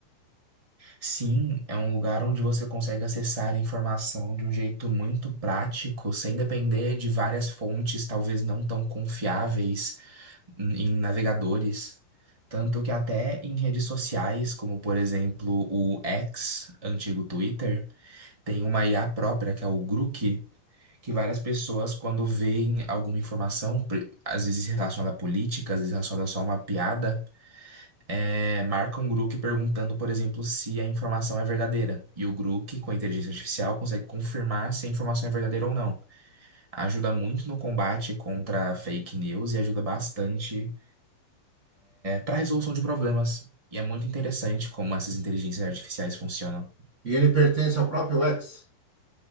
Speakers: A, on the right (about 25°); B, on the right (about 75°).
A: Sim, é um lugar onde você consegue acessar informação de um jeito muito prático, sem depender de várias fontes, talvez não tão confiáveis. em navegadores, tanto que até em redes sociais, como por exemplo o X, antigo Twitter, tem uma IA própria, que é o Grok, que várias pessoas, quando veem alguma informação, pre- às vezes relacionada à política, às vezes relacionada só a uma piada, é, marcam o Grok perguntando, por exemplo, se a informação é verdadeira. E o Grok, com a inteligência artificial, consegue confirmar se a informação é verdadeira ou não. Ajuda muito no combate contra fake news e ajuda bastante para resolução de problemas. E é muito interessante como essas inteligências artificiais funcionam.
B: E ele pertence ao próprio X.